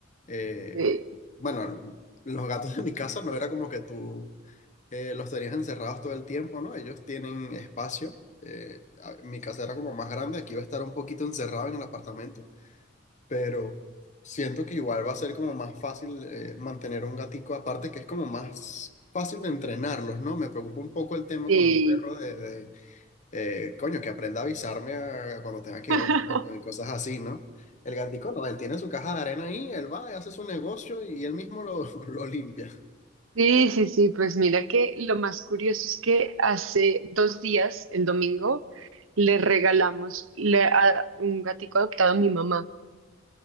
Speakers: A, on the left (about 40°); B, on the right (about 80°).
A: eh,
B: Sí,
A: Bueno, los gatos de mi casa no era como que tú eh, los tenías encerrados todo el tiempo, ¿no? Ellos tienen espacio. eh, a- mi casa era como más grande, aquí iba a estar un poquito encerrado en el apartamento pero siento que igual va a ser como más fácil eh, mantener un gatico, aparte que es como más fácil de entrenarlos, ¿no? Me preocupa un poco el tema
B: sí.
A: con un perro de, de, eh, coño, que aprenda a avisarme a- cuando tenga que
B: <laughs>
A: ir al baño y cosas así, ¿no? El gatico no, él tiene su caja de arena ahí, él va y hace su negocio y él mismo lo, <laughs> lo limpia.
B: Sí, sí, sí, pues mira que lo más curioso es que hace dos días, el domingo, le regalamos le- a un gatico adoptado a mi mamá